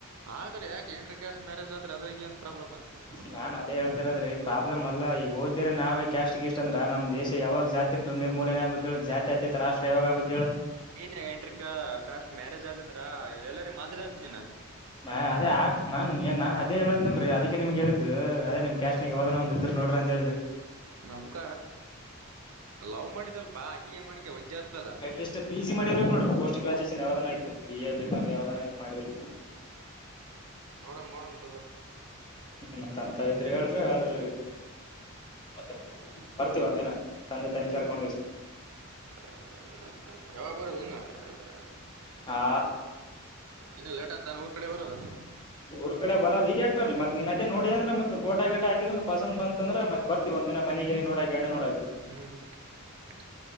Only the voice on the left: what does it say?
ನಾನ್ ಅದೇ ಹೇಳ್ತಿರದ್ರೀ ಪ್ರಾಬ್ಲಮ್ ಅಲ್ಲ ಈಗ ಓದ್ದೇ ನಾವೇ ಕ್ಯಾಸ್ಟ್ ಗಿಷ್ಟ ಅಂದ್ರ ನಮ್ ದೇಶ ಯಾವಾಗ ಜಾತಿ <unintelligible> ನಿರ್ಮೂಲನೆ ಆಗ್ಬೇಕೇಳು ಜಾತ್ಯತೀತ ರಾಷ್ಟ್ರ ಯಾವಾಗ್ ಆಬೆಕ್ ಹೇಳ.
ಮ್ಯ ಅದೇ ಆಗ್. ನಾನ್ ಏನ್ ನಾ ಅದೇ ಹೇಳದ್ನನ್ರಿ ಅದೀಕ್ಕೆ ನಿಮ್ಗೆ ಹೇಳಿದ್ದು ಅದೇ ನಿಮ್ ಕ್ಯಾಸ್ಟ್ ನ್ಯಾಗ ಯಾವದಾನ ಒಂದ ಇದ್ರ್ ನೋಡ್ರಿ ಅಂತ ಹೇಳಿದ್
ಅಟ್ ಲೀಸ್ಟ್ ಪಿಜಿ ಮಾಡಿರ್ಬೇಕ ನೋಡ್ರಿ ಪೋಸ್ಟ್ ಗ್ರಾಜುಯೇಷನ್ ಯಾವದನ ಐತ್ ಬಿ ಎ ಬಿ ಕಾಮ್
ಯಾವದನ ಐತ್ ಮಾಡಿದ್ರು
ಹ್ಮ್ ಮತ್ತ ಅಂತಾರ ಇದ್ರೆ ಹೇಳ್ರಿ ಆದ್ರ. ಮತ್ತ ಬರ್ತಿವ ಒಂದ ದಿನ ತಂದೆ ತಾಯಿನ ಕರ್ಕೊಂಡ.
ಆ.
ಊರ ಕಡೆ ಬರಲ್ಲ ಈಗ್ ಯಾಕ್ ಬರ್ಲಿ ಮತ್ ನೀನ್ ಅದು ನೋಡಿದಂದ್ರೆತ್ತ ಫೋಟೋ ಗಿಟೊ ಹಾಕಿದೀ ಅಂದ್ರ. ಪಸಂದ್ ಬಂತ ಅಂದ್ರ ಮತ್ ಬರ್ತಿವ ಒಂದಿನ ಮನೆಗಿ ನೋಡಕ್ ಹೆಣ್ಣ ನೋಡಕ್.